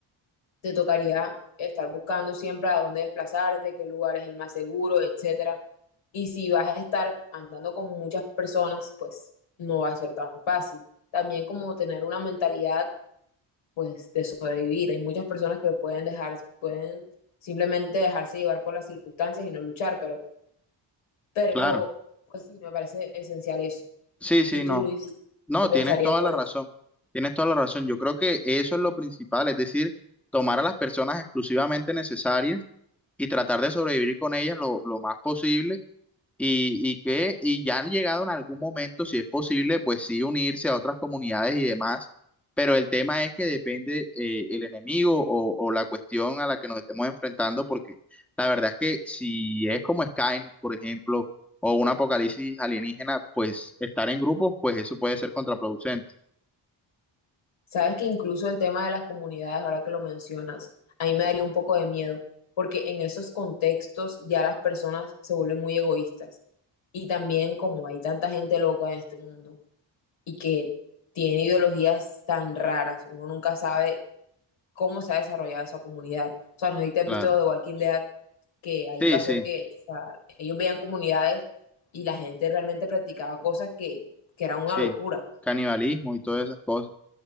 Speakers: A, on the left (about 85°); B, in the centre.
A: te tocaría estar buscando siempre a dónde desplazarte, qué lugar es el más seguro, etcétera. Y si vas a estar andando con muchas personas, pues no va a ser tan fácil. También como tener una mentalidad pues de sobrevivir. Hay muchas personas que pueden dejar, pueden simplemente dejarse llevar por las circunstancias y no luchar, pero, pero
B: Claro,
A: pues sí, me parece esencial eso.
B: sí, sí,
A: ¿Y tú,
B: no.
A: Luis,
B: No,
A: qué pensarías
B: tienes toda
A: sobre
B: la razón,
A: eso?
B: tienes toda la razón. Yo creo que eso es lo principal, es decir, tomar a las personas exclusivamente necesarias y tratar de sobrevivir con ellas lo, lo más posible y, y que y ya han llegado en algún momento, si es posible, pues sí unirse a otras comunidades y demás, pero el tema es que depende eh, el enemigo o, o la cuestión a la que nos estemos enfrentando, porque la verdad es que si es como Skynet, por ejemplo, o un apocalipsis alienígena, pues estar en grupos, pues eso puede ser contraproducente.
A: Sabes que incluso el tema de las comunidades, ahora que lo mencionas, a mí me daría un poco de miedo, porque en esos contextos ya las personas se vuelven muy egoístas. Y también como hay tanta gente loca en este mundo y que tiene ideologías tan raras, uno nunca sabe cómo se ha desarrollado esa comunidad. O sea, no sé si te has
B: Claro.
A: visto de Walking Dead, que ahí
B: Sí,
A: pasó
B: sí,
A: que o sea, ellos veían comunidades y la gente realmente practicaba cosas que, que eran una
B: sí.
A: locura.
B: Canibalismo y todas esas cosas.